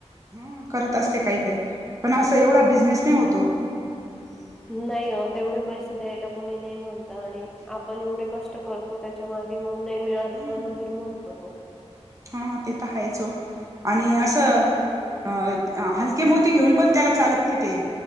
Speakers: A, on the right; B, in the centre.
A: हा करत असते काही काही पण असं एवढा बिझनेस नाही होत ओ हम्म.
B: नाही हो तेवढे पैसे द्यायला कोणी नाही म्हणत आणि आपण एवढे कष्ट करतो. तो त्याच्या मागे नाही मिळालं
A: हम्म
B: का मग हिरमड होता तो.
A: हा ते तर हायच ओ आणि असं
B: हम्म
A: अ. हलके मोती घेऊन पण त्याला चालत नाही ते.